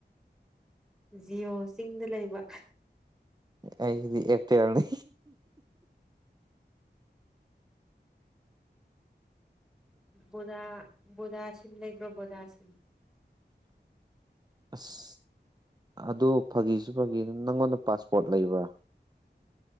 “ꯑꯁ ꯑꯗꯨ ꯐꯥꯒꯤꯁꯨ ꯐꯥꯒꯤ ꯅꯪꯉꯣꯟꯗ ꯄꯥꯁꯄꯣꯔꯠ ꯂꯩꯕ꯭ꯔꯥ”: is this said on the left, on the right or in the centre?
Right